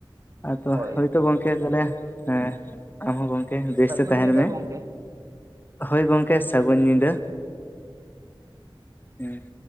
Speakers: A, on the left; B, on the right.
A: ᱟᱫᱚ
B: ᱦᱳᱭ
A: ᱦᱚᱭᱛᱳ ᱜᱚᱢᱠᱮ ᱛᱟᱦᱚᱞᱮᱼᱼ ᱦᱮᱸ ᱟᱢ ᱦᱚᱸ ᱜᱚᱢᱠᱮ ᱵᱮᱥᱛᱮ
B: ᱥᱟᱹᱜᱩᱱ
A: ᱛᱟᱦᱮᱸᱱ
B: ᱧᱤᱫᱟᱹ
A: ᱢᱮᱼᱼ
B: ᱜᱚᱢᱠᱮ
A: ᱦᱳᱭ ᱜᱚᱢᱠᱮ ᱥᱟᱹᱜᱩᱱ ᱧᱤᱫᱟᱹ ᱦᱮᱸ